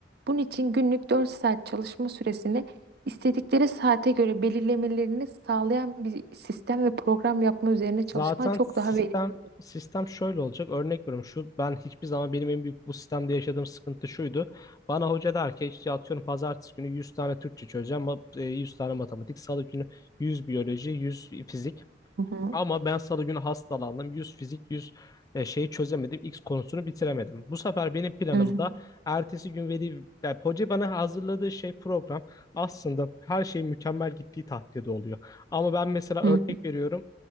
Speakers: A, on the right (about 60°); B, on the left (about 20°).
A: Bunun için günlük 4 saat çalışma süresini İstedikleri saate göre belirlemelerini sağlayan bir sistem ve program yapma üzerine
B: Zaten
A: çalışman çok
B: sistem
A: daha verimli.
B: sistem şöyle olacak. Örnek veriyorum şu ben hiçbir zaman benim en büyük bu sistemde yaşadığım sıkıntı şuydu. Bana hoca der ki işte atıyorum pazartesi günü 100 tane Türkçe çözeceğim. ma- e, 100 tane matematik. Salı günü 100 biyoloji, 100 fizik.
A: Hı hı,
B: Ama ben salı günü hastalandım. 100 fizik, 100 e, şeyi çözemedim. X konusunu bitiremedim. Bu sefer benim planımda
A: hı hı,
B: ertesi gün veli, yani hoca bana hazırladığı şey program aslında her şey mükemmel gittiği takdirde oluyor. Ama ben mesela
A: hı
B: örnek
A: hı.
B: veriyorum.